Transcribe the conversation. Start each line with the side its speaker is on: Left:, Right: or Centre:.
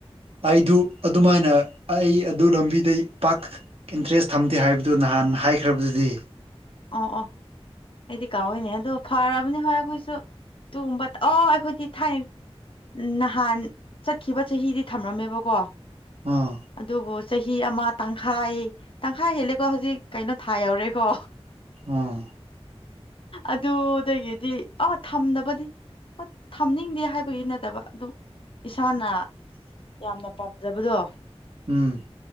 Right: ꯑꯩꯗꯨ ꯑꯗꯨꯃꯥꯏꯅ ꯑꯩ ꯑꯗꯨ ꯂꯝꯕꯤꯗꯩ ꯄꯥꯛ ꯏꯟꯇꯔꯦꯁ ꯊꯝꯗꯦ ꯍꯥꯏꯕꯗꯨ ꯅꯍꯥꯟ ꯍꯥꯏꯈ꯭ꯔꯕꯗꯨꯗꯤ
Left: ꯑꯣ ꯑꯣ ꯑꯩꯗꯤ ꯀꯥꯎꯋꯏꯅꯦ ꯑꯗꯣ ꯐꯔꯕꯅꯤ ꯍꯣꯏ ꯑꯩꯈꯣꯏꯁꯨ ꯇꯨꯒꯨꯝꯕ ꯑꯣ ꯑꯩꯈꯣꯏꯗꯤ ꯊꯥꯏꯅꯩ ꯅꯍꯥꯟ ꯆꯠꯈꯤꯕ ꯆꯍꯤꯗꯤ ꯊꯝꯔꯝꯃꯦꯕꯀꯣ
Right: ꯑꯥ
Left: ꯑꯗꯨꯕꯨ ꯆꯍꯤ ꯑꯃ ꯇꯪꯈꯥꯏ ꯇꯪꯈꯥꯏ ꯍꯦꯜꯂꯦ ꯀꯣ ꯍꯧꯖꯤꯛ ꯀꯩꯅꯣ ꯊꯥ ꯌꯧꯔꯦꯀꯣ
Right: ꯑꯥ
Left: ꯑꯗꯨꯗꯒꯤꯗꯤ ꯑ ꯊꯝꯅꯕꯅꯤ ꯍꯣꯏ ꯊꯝꯅꯤꯡꯗꯦ ꯍꯥꯏꯕꯒꯤ ꯅꯠꯇꯕ ꯑꯗꯨꯝ ꯏꯁꯥꯅ ꯌꯥꯝꯅ ꯄꯥꯝꯖꯕꯗꯣ
Right: ꯎꯝ